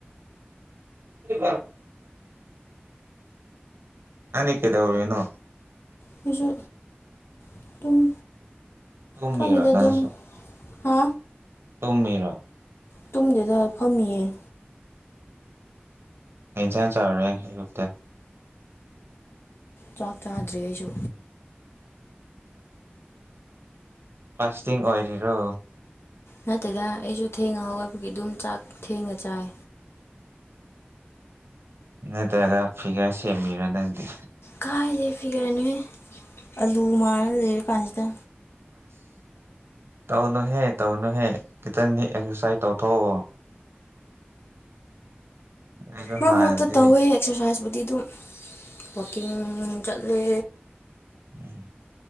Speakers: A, on the right; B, on the left.
A: ꯀꯣ ꯑꯅꯤ ꯀꯩꯗ ꯑꯣꯏꯅꯣ
B: ꯄꯁꯨ ꯑꯗꯨꯨꯡ
A: ꯇꯨꯝꯃꯤꯔꯣ
B: ꯀꯝꯗ ꯑꯗꯨꯝ
A: ꯅꯪꯁꯨ
B: ꯍꯥ
A: ꯇꯨꯝꯃꯤꯔꯣ
B: ꯇꯨꯝꯗꯗ ꯐꯝꯃꯤꯌꯦ
A: ꯑꯩ ꯆ ꯆꯠꯔꯦꯛꯇ
B: ꯆꯥꯛ ꯆꯥꯗ꯭ꯔꯔꯤ ꯑꯩꯁꯨ
A: ꯐꯥꯁꯇꯤꯡ ꯑꯣꯏꯂꯤꯔꯣ
B: ꯅꯠꯇꯗ ꯑꯩꯁꯨ ꯊꯦꯡꯉ ꯍꯕꯒꯤ ꯑꯗꯨꯝ ꯆꯥꯛ ꯊꯦꯡꯉ ꯆꯥꯏ
A: ꯅꯠꯇ꯭ꯔꯒ ꯐꯤꯒꯔ ꯁꯦꯝꯃꯤꯔꯥ ꯅꯪꯗꯤ
B: ꯀꯥꯏꯗꯦ ꯐꯤꯒꯔꯦ ꯅꯣꯏ ꯑꯂꯨ ꯃꯥꯟꯅ ꯂꯩꯔ ꯀꯥꯟꯁꯤꯗ
A: ꯑꯁ ꯇꯧꯅꯨꯍꯦ ꯇꯧꯅꯨꯍꯦ ꯈꯤꯇꯪꯗꯤ ꯑꯦꯛꯁꯔꯁꯥꯏꯁ ꯇꯧꯊꯣꯛꯑꯣ ꯑꯩꯁꯨ
B: ꯃꯝ
A: ꯍꯥꯟꯅꯗꯤ
B: ꯇꯧꯏ ꯑꯦꯔꯥꯏ ꯑꯗꯨꯗꯨꯝ ꯋꯥꯀꯤꯡ ꯆꯠꯂꯦ
A: ꯎꯝ